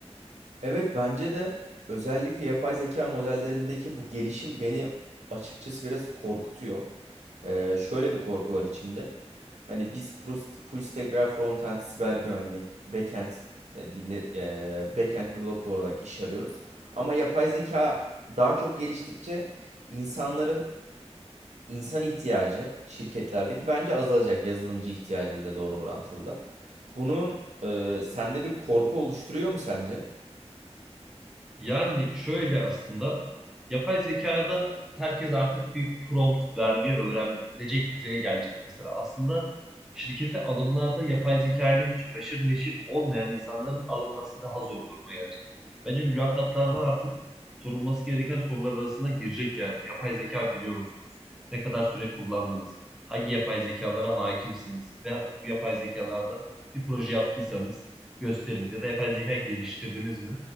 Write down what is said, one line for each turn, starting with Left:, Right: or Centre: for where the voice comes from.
Right: Evet bence de özellikle yapay zeka modellerindeki bu gelişim beni açıkçası biraz korkutuyor. Ee, şöyle bir korku var içimde. Hani biz frust- full stack veya frontend siber güvenlik, backend e, dilleri, e, backend developer olarak iş arıyoruz. Ama yapay zeka daha çok geliştikçe insanların insan ihtiyacı şirketlerdeki bence azalacak yazılımcı ihtiyacıyla doğru orantılı da. Bunun e, sende bir korku oluşturuyor mu sence?
Centre: Yani şöyle aslında yapay zekada herkes artık bir prompt vermeyi öğrenecek düzeye gelecek mesela. Aslında şirkete alımlarda yapay zeka ile hiç haşır neşir olmayan insanların alınması daha zor duruma gelecek. Bence mülakatlarda artık sorulması gereken sorular arasına girecek yani. Yapay zeka biliyor musunuz? Ne kadar süre kullandınız? Hangi yapay zekalara hakimsiniz? Ve bu yapay zekalarda bir proje yaptıysanız gösteriniz ya da yapay zeka geliştirdiniz mi?